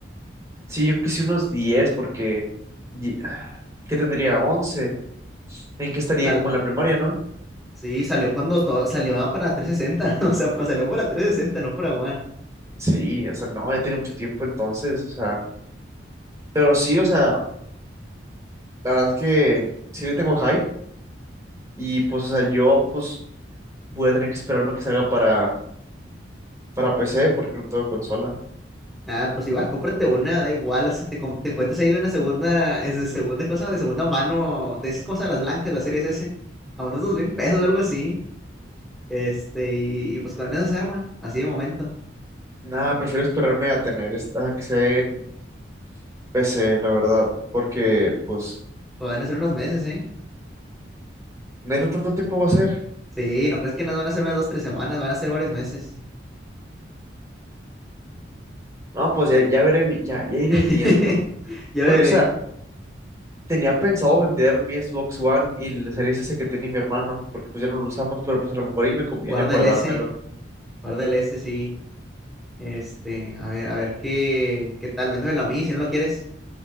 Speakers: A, on the right; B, in the centre.
A: Sí, yo creo que sí unos 10 porque... y- ¿Qué tendría? once ¿En qué estaría?
B: O sea,
A: Como en la primaria, ¿no?
B: sí, salió cuando todo, salió para 360 <laughs> o sea, pa- salió para trescientos sesenta no para One.
A: Sí, o sea, no, ya tiene mucho tiempo entonces, o sea... Pero sí, o sea, la verdad es que sí le tengo hype y pues, o sea, yo pues voy a tener que esperarme a que salga para, para PC porque no tengo consola.
B: Nada, pues igual, cómprate una, da igual, o sea, te, com- te encuentres ahí de una segunda, es de segunda cosa, de segunda mano, de esas cosas, las blancas, las series S, a unos dos mil pesos o algo así, este, y, y pues con esas armas, así de momento,
A: Nada, prefiero esperarme a tener esta que sea en PC, la verdad, porque pues
B: o van a ser unos meses, ¿eh?
A: neta tanto tiempo va a ser.
B: Sí, no crees que nos van a ser unas dos, tres semanas, van a ser varios meses.
A: No, pues ya, ya veré, vi- ya, ya iré
B: <laughs>
A: viendo.
B: Yo
A: Porque,
B: veré,
A: o sea, tenía pensado vender mi Xbox One y la Series S que tiene mi hermano, porque pues ya no lo usamos, pero pues a lo mejor y me conviene
B: guarda
A: guardármelo.
B: el S, guarda el S, sí, este, a ver, a ver qué, qué tal, véndemelo a mí si no lo quieres,